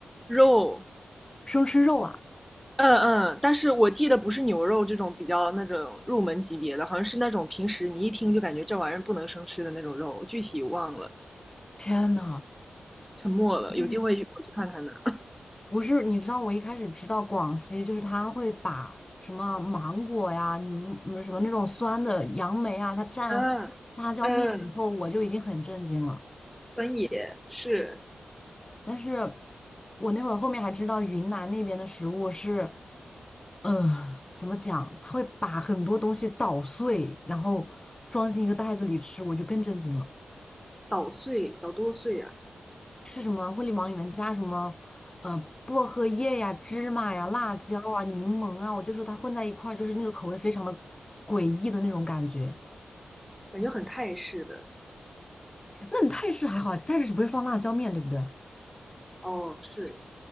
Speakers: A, in the centre; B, on the left (about 20°).
A: 肉，
B: 生吃肉啊！
A: 嗯嗯，但是我记得不是牛肉这种比较那种入门级别的，好像是那种平时你一听就感觉这玩意儿不能生吃的那种肉，具体忘了，
B: 天呐，
A: 沉默了，
B: 嗯
A: 有机会去我去看看呢。<laughs>
B: 不是，你知道我一开始知道广西，就是他会把什么芒果呀、柠嗯什么那种酸的杨梅啊，它蘸辣椒面以后，
A: 嗯嗯，
B: 我就已经很震惊了。
A: 酸野是
B: 但是我那会儿后面还知道云南那边的食物是，呃，怎么讲，他会把很多东西捣碎，然后装进一个袋子里吃，我就更震惊了。
A: 捣碎，捣多碎啊，
B: 是什么会里往里面加什么，呃，薄荷叶呀、芝麻呀、辣椒啊、柠檬啊，我就说它混在一块儿，就是那个口味非常的诡异的那种感觉。
A: 感觉很泰式的。
B: 那你泰式还好，泰式只不会放辣椒面对不对？
A: 哦，是，